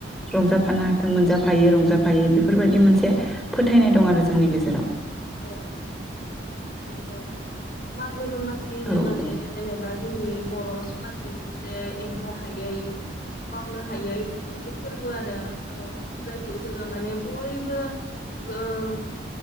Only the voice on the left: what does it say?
औ
औ नंगौ मागो दमा सि होनोबाथाय
जेनेबा जोंनि बर' समाज बे मोनसे एंगार हायै बावनो हायै मोनसे फोरबो आरो औ जायखौ जोङो माने बयबो <unintelligible>